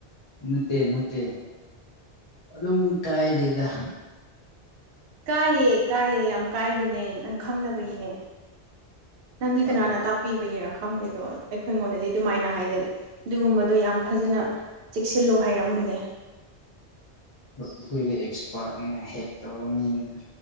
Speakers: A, on the left; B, on the right.
A: ꯅꯠꯇꯦ ꯅꯠꯇꯦ ꯑꯗꯨꯝ ꯀꯥꯏꯗꯦꯗ
B: ꯀꯥꯏꯑ ꯀꯥꯏꯌꯦ ꯌꯥꯝ ꯀꯥꯏꯕꯅꯦ ꯅꯪ ꯈꯪꯗꯕꯒꯤꯅꯦ ꯅꯪꯗꯤ
A: ꯍꯣꯏ
B: ꯀꯅꯥꯅ
A: ꯍꯣꯏ
B: ꯇꯥꯛꯄꯤꯕꯒꯤꯔꯥ ꯈꯪꯗꯦ ꯑꯗꯣ ꯑꯩꯈꯣꯏꯉꯣꯟꯗꯗꯤ ꯑꯗꯨꯃꯥꯏꯅ ꯍꯥꯏꯗꯦ ꯑꯗꯨꯒꯨꯝꯕꯗꯣ ꯌꯥꯝ ꯐꯖꯅ ꯆꯦꯛꯁꯤꯜꯂꯣ ꯍꯥꯏꯔꯝꯃ <unintelligible>
A: ꯍꯣꯏ ꯑꯩꯈꯣꯏꯗꯤ ꯑꯦꯛꯁꯄꯥꯔꯠꯅꯤꯅ ꯍꯦꯛ ꯇꯧꯕ ꯃꯤꯅꯤꯅ